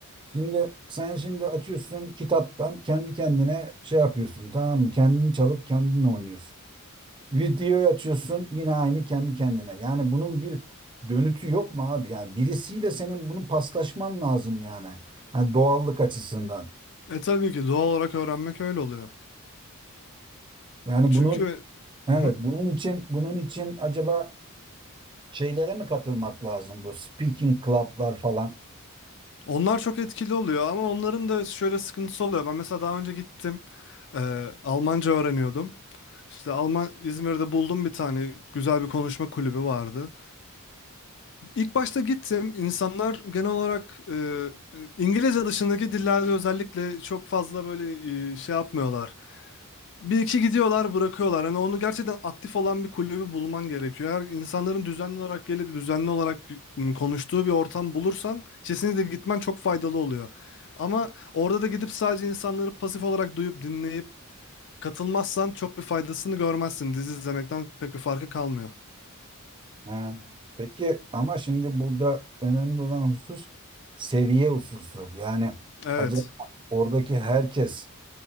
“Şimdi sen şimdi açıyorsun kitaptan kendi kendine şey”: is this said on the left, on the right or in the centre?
Right